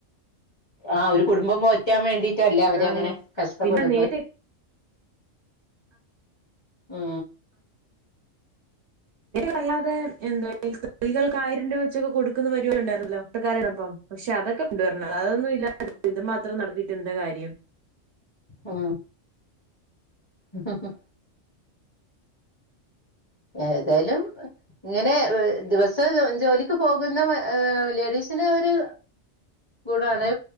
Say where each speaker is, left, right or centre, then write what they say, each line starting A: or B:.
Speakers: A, on the left (about 25°); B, on the right (about 65°).
A: ആ ഒരു കുടുംബം പോറ്റാൻ വേണ്ടിട്ടല്ലേ
B: അതാണ്
A: അവര അങ്ങനെ കഷ്ടപ്പെടുന്നത്
B: പിന്നെ നേരത്തെ
A: ഉ ഉ
B: വല്ലാതെ എന്തോ ഈ സ്ത്രീകൾക്ക് ആയിരം രൂപ വെച്ചൊക്കെ കൊടുക്കുന്ന പരുപാടി ഉണ്ടായിരുന്ന ല്ലോ കുട്ടക്കാരനപ്പം പക്ഷെ അതൊക്കെ കൊണ്ടുവരണം അതൊന്നുമ ഇല്ല ഇത് മാത്രം നടത്തീട്ട് എന്താ കാര്യം
A: ആ ഉമ്മ് ഏതായാലും ഇങ്ങനെ ദിവസം ജോലിക്ക് പോകുന്ന ലേഡീസ് ചില ഒരു ഗുണമാണ്